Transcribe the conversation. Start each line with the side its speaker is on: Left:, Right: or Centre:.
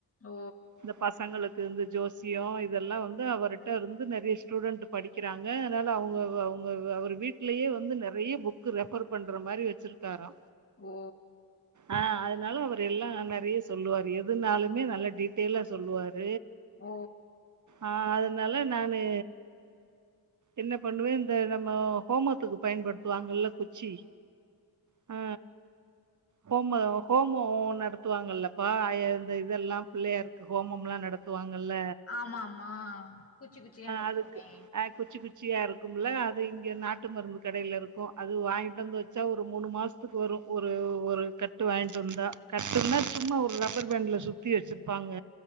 Left: ஓ
Right: இந்த பசங்களுக்கு இந்த ஜோசியோ இதெல்லா வந்து அவர்கிட்ட இருந்து நெறைய ஸ்டூடெண்ட்டு படிக்கிறாங்க அதனால அவங்க அவங்க அவர் வீட்லேயே வந்து நெறைய புக் ரெஃபர் பண்ற மாரி வச்சுருக்காரா
Left: ஓ
Right: ஆ அதனால அவரு எல்லா நெறைய சொல்லுவாரு எதுனாலுமே நல்லா டீட்டெய்ல்லா சொல்லுவாரு
Left: ஓ
Right: ஆ அதனால நானு என்ன பண்ணுவே இந்த நம்ம ஹோமத்துக்கு பயன்படுத்துவாங்கல்ல குச்சி அ ஹோம ஹோமோ நடத்துவாங்கல்லப்பா அய இந்த இதெல்லாம பிள்ளையாரு ஹோமம் எல்லா நடத் வாங்கல்ல
Left: ஆமா ஆமா குச்சி குச்சியா நெருக்குமே
Right: அதுக்கு ஆ குச்சி குச்சியா இருக்கும்ல அது இங்க நாட்டு மருந்து கடைல இருக்கு அது வாங்கிட்டு வந்து வச் ச ஒரு மூணு மாசத்துக்கு வரு ஒரு ஒரு கட்டு வாங்ட்டு வந்தா கட்டுனா சும்மா ஒரு ரப்பர் பேண்ட்ல சுத் சுத்தி வச்சிருப்பாங்க